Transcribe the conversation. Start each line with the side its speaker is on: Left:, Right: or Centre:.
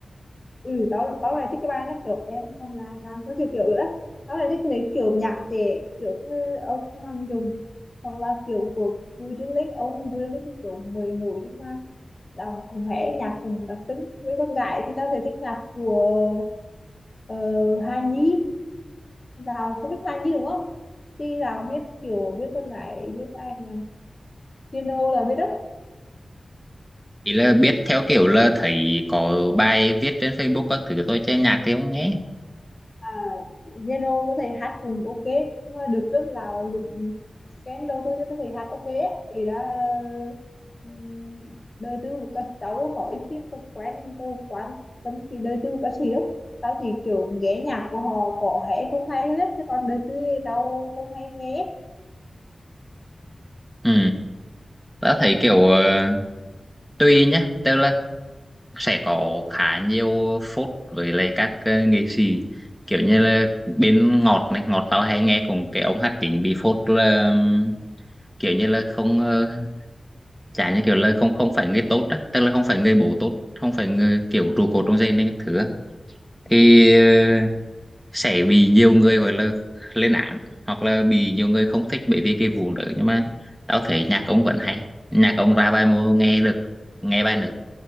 Left: ừ tao tao lại thích cái bài này kiểu em không là nam thứ kiểu kiểu nữa tao lại thích mấy kiểu nhạc trẻ kiểu như ông Hoàng Dung hoặc là kiểu của Bùi Trương Linh ông Bùi Trương Linh thì kiểu mười nổi nhưng mà đọc cũng hẻ nhạc cùng đặc tính với con gái thì tao sẽ thích nhạc của ờ, Hà Nhi là không biết Hà Nhi đúng không thì là biết kiểu biết con gái biết ai nhỉ Thiên Hồ là biết đó
Centre: chỉ là biết theo kiểu là thấy có bài viết trên Facebook các thứ thôi chứ nhạc thì không nghe
Left: à, Zeno tôi thấy hát cũng ok nhưng mà đợt trước là những scandal tôi thấy thầy hát ok ấy. thì đã ừm, đời tư của các cháu mỗi phim tôi quen tôi quan tâm thì đời tư của các sĩ lắm tao thì kiểu nghe nhạc của họ có hay không hay hết chứ còn đời tư thì tao không hay nghe
Centre: ừ tao thấy kiểu ờ, tùy nhá tức là sẽ có khá nhiều phốt với lại các ờ, nghệ sĩ kiểu như là bên Ngọt này Ngọt tao hay nghe cùng cái ông hát chính bị phốt là ừm, kiểu như là không ờ, chả như kiểu là không không phải người tốt á tức là không phải người bố tốt không phải người kiểu trụ cột trong gia đình các thứ á. thì ờ, sẽ bị nhiều người gọi là lên án hoặc là bị nhiều người không thích bởi vì cái vụ đó nhưng mà tao thấy nhạc ông vẫn hay nhạc ông ra bài mô nghe được nghe bài nữa